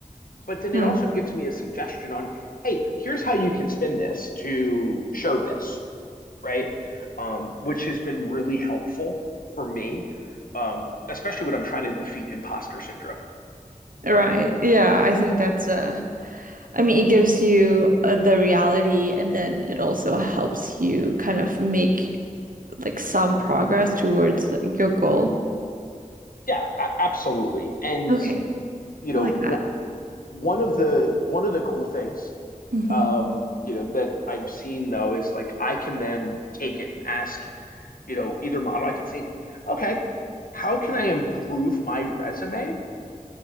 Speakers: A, on the left; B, on the right.
A: But then
B: Hmm.
A: it also gives me a suggestion on, hey, here's how you can spin this to show this, right? Um, which has been really helpful for me, um, especially when I'm trying to defeat imposter syndrome.
B: Right. Yeah, I think that's uh I mean, it gives you uh, the reality, and then it also helps you kind of make like some progress towards like, your goal.
A: Yeah, a- absolutely. And,
B: Okay,
A: you know,
B: I like
A: wh-
B: that.
A: one of the one of the cool things
B: hmm
A: um, you know, that I've seen though is like I can then take it and ask you know, either model, I can say, okay, how can I improve my resume